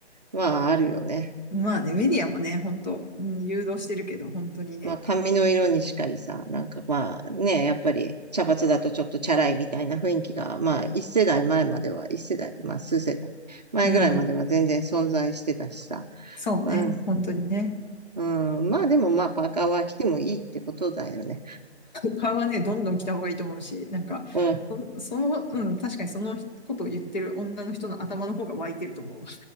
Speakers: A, on the right; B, on the left.
A: まあ、あるよね。
B: まあね、メディアもね、本当うん誘導してるけど、本当にね。
A: まあ髪の色にしかりさ、なんかまあね、やっぱり茶髪だとちょっとチャラいみたいな雰囲気が、まあ一世代前までは、一世代、まあ数世代前ぐらいまでは全然存在してたしさ。
B: うん。そうね。
A: うん、
B: 本当にね。
A: うん、まあでもまあパーカーは着てもいいってことだよね。
B: 顔はね、どんどん来た方がいいと思うし、なんか、
A: うん、
B: そその、うん、確かにそのことを言ってる女の人の頭の方が湧いてると思うわ。